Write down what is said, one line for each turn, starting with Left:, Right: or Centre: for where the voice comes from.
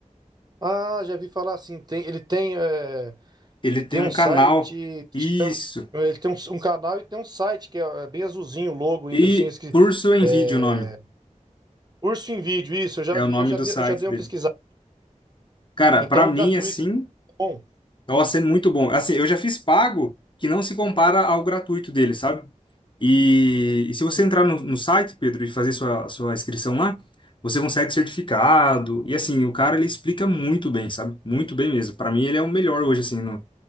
Right: Ah, já vi falar assim, tem, ele tem é,
Left: Ele
Right: ele
Left: tem
Right: tem
Left: um
Right: um site
Left: canal.
Right: que
Left: Isso.
Right: chama ele tem um, um canal e tem um site que é, é bem azulzinho o logo ainda
Left: E
Right: assim, esque-
Left: Curso em
Right: é,
Left: Vídeo, é o nome.
Right: Curso em vídeo, isso, eu já
Left: É o
Right: vi,
Left: nome
Right: eu já,
Left: do
Right: de-
Left: site
Right: eu já dei
Left: dele.
Right: uma pesquisada.
Left: Cara,
Right: Então,
Left: pra mim,
Right: o gratuito,
Left: assim,
Right: tá bom.
Left: Nossa, é muito bom. Assim, eu já fiz pago que não se compara ao gratuito dele, sabe? E, e se você
Right: e-
Left: entrar no, no site, Pedro, e fazer sua, sua inscrição lá, você consegue certificado. E assim, o cara ele explica muito bem, sabe? Muito bem mesmo. para mim, ele é o melhor hoje, assim, no,